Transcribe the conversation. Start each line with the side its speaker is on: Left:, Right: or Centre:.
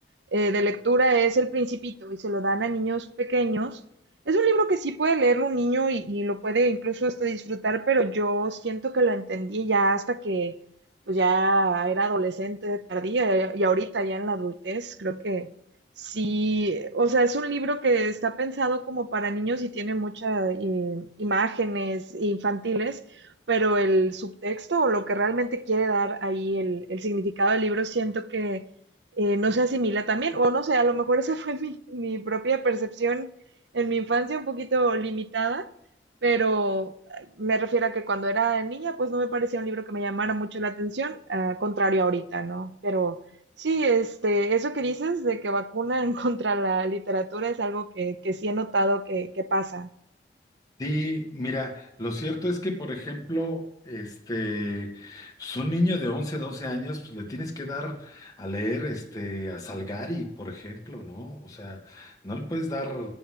Right: eh, de lectura es El Principito y se lo dan a niños pequeños. Es un libro que sí puede leerlo un niño y, y lo puede incluso hasta disfrutar, pero yo siento que lo entendí ya hasta que pues ya era adolescente tardía y ahorita ya en la adultez creo que sí, o sea, es un libro que está pensado como para niños y tiene muchas imágenes infantiles, pero el subtexto o lo que realmente quiere dar ahí el, el significado del libro siento que eh, no se asimila también, o no sé, a lo mejor esa <laughs> fue mi, mi propia percepción en mi infancia un poquito limitada, pero eh, me refiero a que cuando era niña, pues no me parecía un libro que me llamara mucho la atención, a contrario ahorita, ¿no? Pero sí, este, eso que dices de que vacunan <laughs> contra la literatura es algo que, que sí he notado que, que pasa.
Left: Sí, mira, lo cierto es que, por ejemplo, este, pues un niño de 11, 12 años, pues le tienes que dar a leer, este, a Salgari, por ejemplo, ¿no? O sea, no le puedes dar